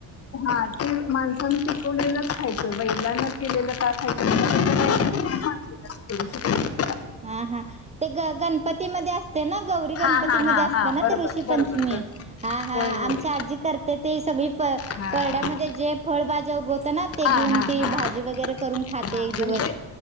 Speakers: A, on the left; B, on the right.
A: हा ते माणसन पिकवलेलंच खायचं बैलांना केलेलं का खायचं नाही. जा <inaudible>
B: हा हा ते ग गणपतीमध्ये असते ना गौरी हा हा
A: हां,
B: हा ग गणपतीमध्ये
A: हां, हां,
B: असते
A: हां.
B: ना
A: बरोबर,
B: गैरी गणपती मध्ये ते ऋषी
A: बरोबर,
B: पंचमी
A: बरोबर.
B: हा हा
A: होय, होय.
B: आमची आजी करते ते सगळी प
A: हां.
B: परड्यामध्ये जे फळभाज्या होत. ना ते
A: हां,
B: घेऊन
A: हां,
B: ती
A: हां,
B: भाजी वगैरे करून खाते
A: हां.
B: एक दिवस.
A: म्हणजे